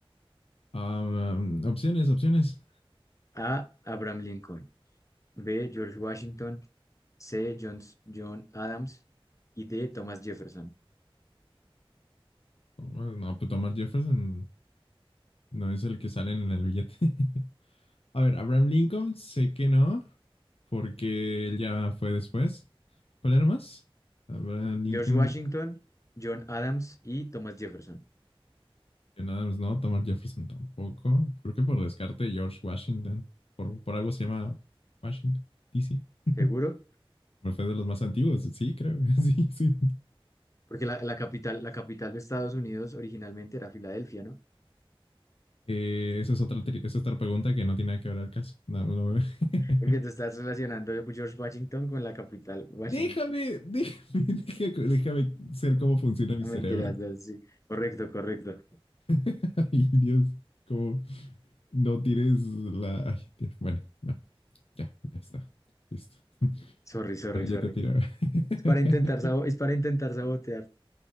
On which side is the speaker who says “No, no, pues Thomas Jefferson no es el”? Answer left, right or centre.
Left